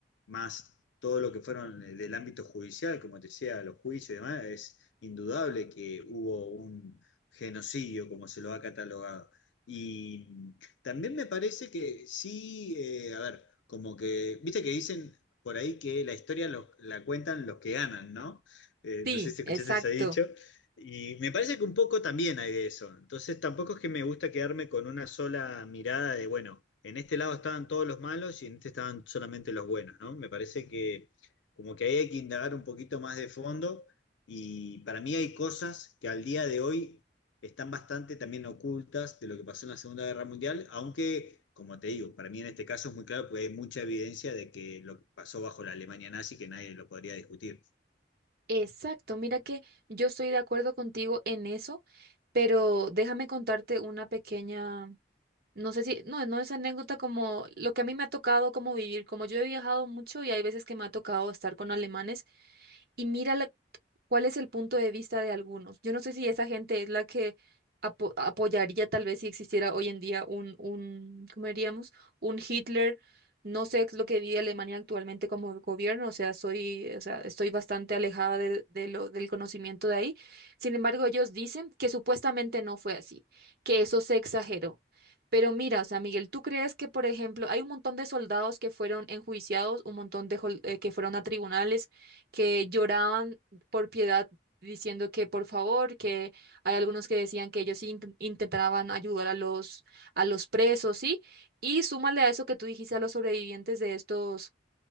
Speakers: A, on the left (about 85°); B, on the right (about 55°).
A: más todo lo que fueron eh, del ámbito judicial, como te decía, los juicios y demás, es indudable que hubo un genocidio, como se lo ha catalogado. Y también me parece que sí, eh, a ver, como que, viste que dicen por ahí que la historia los- la cuentan los que ganan, ¿no? Eh,
B: Sí,
A: no sé si escuchaste
B: exacto.
A: ese dicho. Y me parece que un poco también hay de eso. Entonces tampoco es que me gusta quedarme con una sola mirada de, bueno, en este lado estaban todos los malos y en este estaban solamente los buenos, ¿no? Me parece que como que ahí hay que indagar un poquito más de fondo y para mí hay cosas que al día de hoy están bastante también ocultas de lo que pasó en la Segunda Guerra Mundial, aunque, como te digo, para mí en este caso es muy claro porque hay mucha evidencia de que lo que pasó bajo la Alemania nazi que nadie lo podría discutir.
B: Exacto, mira que yo estoy de acuerdo contigo en eso, pero déjame contarte una pequeña, no sé si, no, no es anécdota como lo que a mí me ha tocado como vivir, como yo he viajado mucho y hay veces que me ha tocado estar con alemanes y mira la- cuál es el punto de vista de algunos. Yo no sé si esa gente es la que apo- apoyaría tal vez si existiera hoy en día un, un, ¿cómo diríamos? Un Hitler. No sé es lo que vive Alemania actualmente como gobierno, o sea, soy, o sea, estoy bastante alejada de, de lo, del conocimiento de ahí. Sin embargo, ellos dicen que supuestamente no fue así, que eso se exageró. Pero mira, o sea, Miguel, ¿tú crees que, por ejemplo, hay un montón de soldados que fueron enjuiciados, un montón de jol- eh, que fueron a tribunales? que lloraban por piedad diciendo que por favor, que hay algunos que decían que ellos sí int- intentaban ayudar a los, a los presos, ¿sí? Y súmale a eso que tú dijiste a los sobrevivientes de estos,